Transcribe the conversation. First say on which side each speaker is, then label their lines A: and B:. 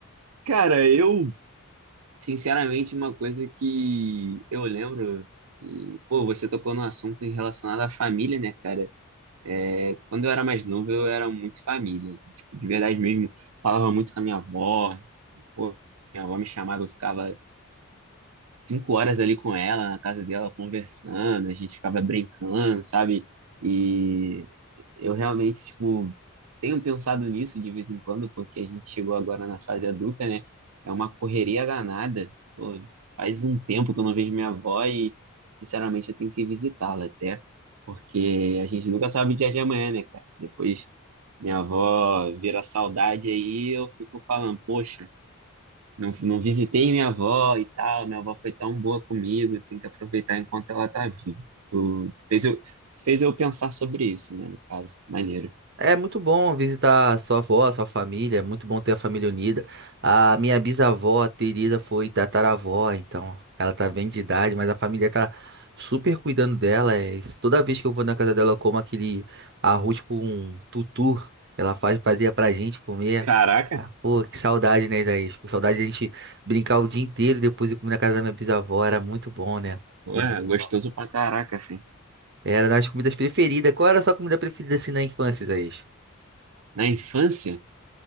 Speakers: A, on the right; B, on the right.
A: Cara, eu, sinceramente, uma coisa que eu lembro, e, pô, você tocou no assunto em relacionado à família, né, cara? É, quando eu era mais novo, eu era muito família. Tipo, de verdade mesmo, falava muito com a minha avó. Pô, minha avó me chamava, eu ficava cinco horas ali com ela, na casa dela, conversando, a gente ficava brincando, sabe? E eu realmente, tipo, tenho pensado nisso de vez em quando, porque a gente chegou agora na fase adulta, né? É uma correria danada. Pô, faz um tempo que eu não vejo minha avó e, sinceramente, eu tenho que visitá-la até, porque a gente nunca sabe o dia de amanhã, né, cara? Depois minha avó vira saudade aí, eu fico falando, poxa. Não, não visitei minha avó e tal. Minha avó foi tão boa comigo, tem que aproveitar enquanto ela tá viva. Tu, tu fez eu, tu fez eu pensar sobre isso, né? No caso, maneiro.
B: É muito bom visitar sua avó, sua família, é muito bom ter a família unida. A minha bisavó, a Teresa, foi tataravó, então ela tá bem de idade, mas a família tá super cuidando dela. é isso. Toda vez que eu vou na casa dela, eu como aquele arroz com tutu, ela faz, fazia pra gente comer.
A: Caraca,
B: Ah, Pô, que saudade, né, Isaías? Pô, saudade de a gente brincar o dia inteiro e depois ir comer na casa da minha bisavó, era muito bom, né?
A: ué,
B: Minha bisavó.
A: gostoso pra caraca, filho.
B: Era das comidas preferidas. Qual era a sua comida preferida assim na infância, Isaías?
A: Na infância,